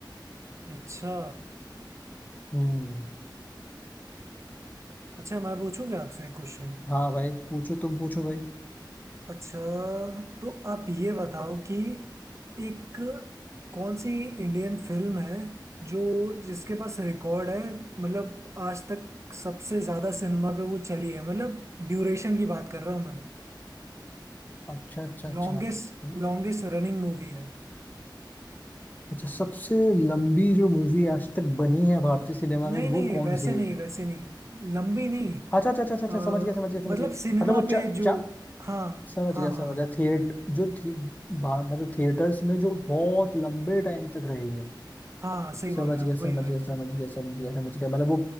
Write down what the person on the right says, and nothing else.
अच्छा
अच्छा मैं पूछूंगा आपसे एक क्वेश्चन
अच्छा तो आप ये बताओ कि एक कौन सी इंडियन फिल्म है जो जिसके पास रिकॉर्ड है मतलब आज तक सबसे ज्यादा सिनेमा पे वो चली है मतलब ड्यूरेशन की बात कर रहा हूँ मैं
लॉन्गेस्ट
लॉन्गेस्ट रनिंग मूवी है
नहीं नहीं
वैसे
नहीं वैसे नहीं लंबी नहीं
अ,
मतलब
सिनेमा
पे जो
हाँ
हाँ
हाँ
हाँ सही बोल
रहे
हो
वही वही